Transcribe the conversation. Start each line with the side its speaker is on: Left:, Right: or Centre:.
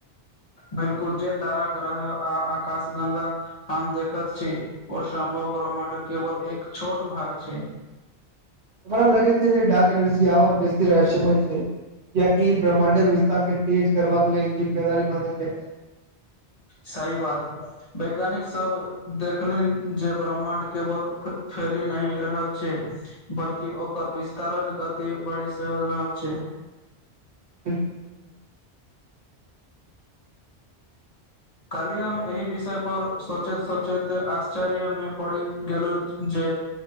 Left: बिल्कुल जे तारा ग्रह आ आकाश गंगा हम देखत छी ओ सम्भव ब्रह्मण्ड केवल एक छोट भाग छैय।
Right: हमरा लगै छै जे डार्क एनर्जी आर बेसी रहस्यमय छै। कियाकि ब्रह्माण्डक विस्तार के तेज करबाक लेल जिम्मेदारी मानल जाय छै।
Left: सही बात। वैज्ञानिक सब देखलैन जे ब्रह्माण्ड केवल फै-फैलि नहि रहल छै बल्कि ओकर विस्तारक गति बढ़ी सेहो रहल छै।
Right: बिल्कुल <unintelligible>
Left: काल्हि हम एहि विषय पर सोचैत-सोचैत आश्चर्य में पड़ि गेलौं जे